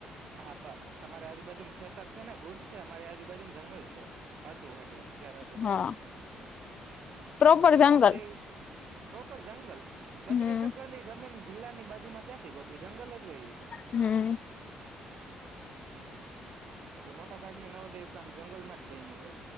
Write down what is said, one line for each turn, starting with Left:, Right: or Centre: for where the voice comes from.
Right: હા પણ, તમારી આજુબાજુમ ખેતર સે ને! ગુડ છે. અમારી આજુબાજુમ જંગલ છે, હતું એટલે. ત્યારે હતું
Left: હા
Right: ત્યારે.
Left: પ્રોપર
Right: બધી
Left: જંગલ
Right: નવોદય પ્રોપર જંગલ. બત્રીસ
Left: હમ
Right: એકર ની જમીન જિલ્લાની બાજુ માં ક્યાંથી ગોતવી? જંગલ જ હોય ઈ.
Left: હમ્મ.
Right: હમ્મ. એટલે મોટા ભાગની નવોદયઝ આમ જંગલમાં જ બઈની હે.